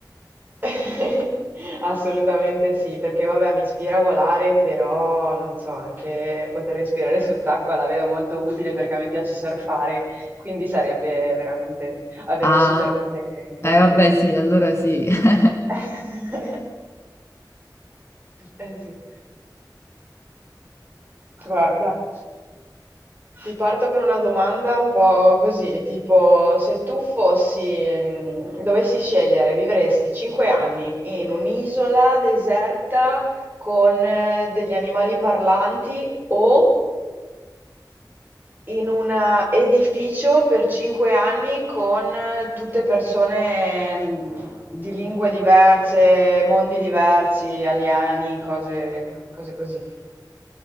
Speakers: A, on the right (about 25°); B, on the left (about 35°).
A: <laughs> Assolutamente sì, perché vabbè, mi ispira a volare, però non so, anche poter respirare sott'acqua la vedo molto utile perché a me piace surfare, quindi sarebbe veramente avere
B: ah,
A: un superpotere incredibile.
B: eh vabbè sì, allora sì. <laughs>
A: <laughs> Eh sì. Guarda. Ti parto con una domanda un po' così, tipo se tu fossi, mm, dovessi scegliere, vivresti 5 anni in un'isola deserta con eh, degli animali parlanti o in un edificio per 5 anni con eh, tutte persone mm, di lingue diverse, mondi diversi, alieni, cose, cose così.